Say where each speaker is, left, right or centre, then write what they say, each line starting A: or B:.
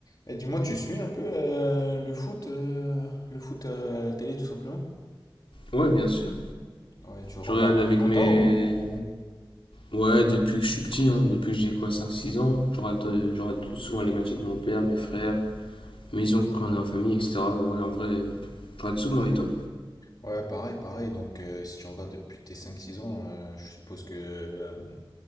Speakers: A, on the left; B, on the left.
A: Et dis-moi, tu suis un peu euh, le foot, euh, le foot euh, à la télé tout simplement?
B: Ouais, bien sûr.
A: Ouais, tu regardes
B: Je regarde
A: depuis
B: avec
A: longtemps
B: mes.
A: ou...
B: Ouais, depuis que je suis petit, hein, depuis que j'ai quoi, cinq six ans, je regarde, euh, je regarde souvent les matchs avec mon père, mes frères, mes oncles quand on est en famille, etc. Ouais, en vrai, euh, je regarde souvent, et toi?
A: Ouais, pareil, pareil. Donc, euh, si tu regardes depuis tes cinq, six ans, euh, je suppose que, euh,